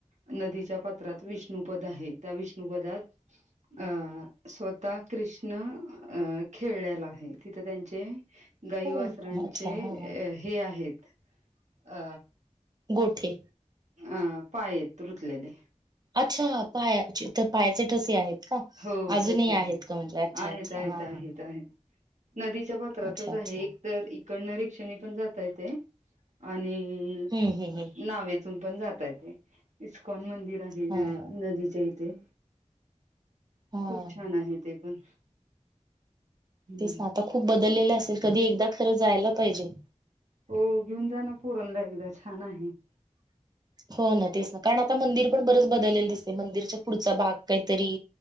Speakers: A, on the right (about 70°); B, on the right (about 35°).
A: नदीच्या पात्रात विष्णुपद आहे त्या विष्णुपदात अ स्वतः कृष्ण अ खेळलेला आहे तिथं त्यांचे गाई
B: हो
A: वासारांचे
B: का? अच्छा हा हा
A: हे आहेत. अ
B: गोठे
A: अ पाय येत रुतलेले.
B: अच्छा पाया त पायाचे ठसे आहेत. का
A: हो
B: अजूनही
A: ठसे
B: आहेत
A: आहे
B: का म्हणजे अच्छा
A: आहेत,
B: अच्छा
A: आहेत,
B: हा हा.
A: आहेत, आहेत. नदीच्या पात्रातच
B: अच्छा अच्छा
A: आहे एक तर इकडन रिक्षानी पण जात ता येतय आणि
B: हम्म हम्म हम्म
A: नावेत पण जाता ये इस्कॉन मंदिर आहे
B: हा
A: न नदीच्या इथे
B: हा
A: खूप छान आहे ते पण हम्म.
B: तेच ना आता खूप बदललेलं असेल कधी एकदा खरं जायला पाहिजे.
A: हो घेऊन जा ना पोरांना एकदा छान आहे.
B: हो ना तेच ना कारण आता मंदिर पण बरंच बदलेलं दिसते मंदिरच्या पुढचा भाग काहीतरी